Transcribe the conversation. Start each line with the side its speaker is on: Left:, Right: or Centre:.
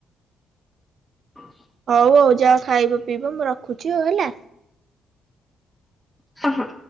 Centre: <inaudible>
Right: ହଉ ହଉ ଯାହା ଖାଇବ ପିଇବ ମୁଁ ରଖୁଚି। ଖୋଯିବ ହେଲା।
Centre: ହ ହଁ।